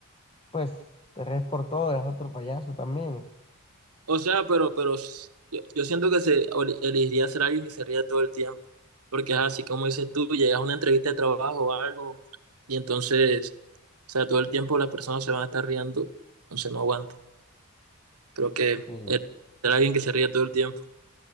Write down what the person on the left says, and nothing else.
pues te ríes por todo, eres otro payaso también.
Sí,